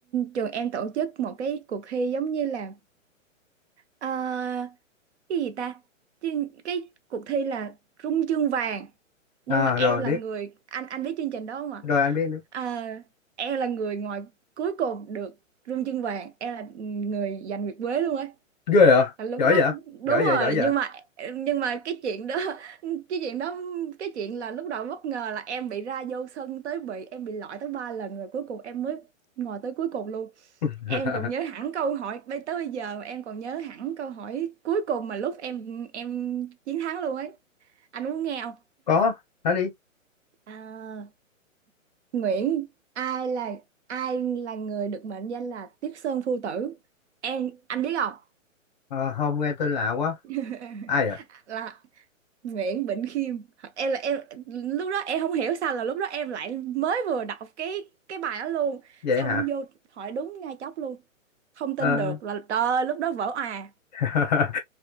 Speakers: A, on the right; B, on the left.
A: trường em tổ chức một cái cuộc thi giống như là Ờ, cái gì ta Chứ- cái cuộc thi là rung chương vàng nhưng
B: à
A: mà em
B: rồi
A: là
B: biết
A: người anh anh biết chương trình đó không ạ
B: rồi anh biết nữa
A: Ờ, em là người ngoài cuối cùng được rung chương vàng em là người giành nguyệt quế luôn ấy
B: ghê vậy
A: là lúc
B: giỏi
A: đó
B: vậy
A: đúng
B: giỏi vậy
A: rồi
B: giỏi vậy
A: nhưng mà nhưng mà cái chuyện đó cái chuyện đó cái chuyện là lúc đầu bất ngờ là em bị ra vô sân tới bị em bị loại tới ba lần rồi cuối cùng em mới ngồi tới cuối cùng luôn
B: <laughs>
A: Em còn nhớ hẳn câu hỏi bây tới bây giờ em còn nhớ hẳn câu hỏi cuối cùng mà lúc em em chiến thắng luôn ấy. Anh muốn nghe không?
B: có nói đi
A: À, Nguyễn ai là ai là người được mệnh danh là Tiết Sơn Phu Tử? Em anh biết không?
B: Ờ, không nghe tên lạ quá
A: <laughs>
B: ai à
A: Là Nguyễn Bỉnh Khiêm. Em là em lúc đó em không hiểu sao là lúc đó em lại mới vừa đọc cái cái bài đó luôn,
B: vậy
A: xong
B: hả
A: vô hỏi đúng ngay chốc luôn. Không tin
B: Ờ,
A: được là trời ơi, lúc đó vỡ òa.
B: <laughs>